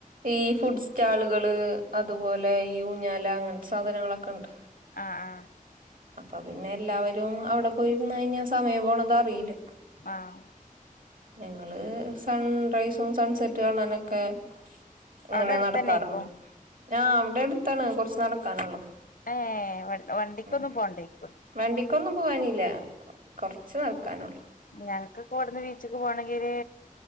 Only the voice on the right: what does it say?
ഈ ഫുഡ് സ്റ്റാളുകള് അതുപോലെ ഈ ഊഞ്ഞാല അങ്ങ സാധനങ്ങളൊക്കെ ഉണ്ട്
അപ്പൊ പിന്നെ എല്ലാവരും അവിടെ പോയിന്ന് കഴിഞ്ഞാൽ സമയം പോണത അറിയില്ല
ഞങ്ങള് സൺറൈസും സൺസെറ്റും കാണനൊക്കെ ഇങ്ങനെ
നടക്കാറുണ്ട് ഞാ അവിടെ അടുത്താണ് കുറച്ച് നടക്കാനുള്ളോ
ഉ
വണ്ടിക്കൊന്നും പോവാനില്ല കൊറച്ച്നക്കാനുള്ളൂ